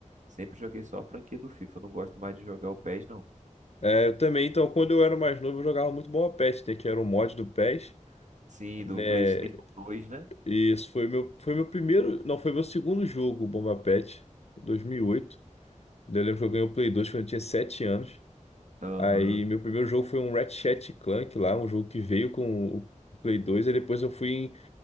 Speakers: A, on the right; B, on the left.
A: Sempre joguei só a franquia do FIFA. Não gosto mais de jogar o PES, não.
B: É, eu também, então, quando eu era mais novo, eu jogava muito Bomba PES, né? Que era um mod do PES,
A: Sim, do
B: né?
A: PlayStation 2, né?
B: E isso foi meu, foi meu primeiro, não, foi meu segundo jogo, o Bomba PES, 2008. Daí Eu lembro que eu ganhei o Play 2 quando eu tinha 7 anos.
A: Aham.
B: Aí, meu primeiro jogo foi um Ratchet Clank lá, um jogo que veio com o Play 2, e depois eu fui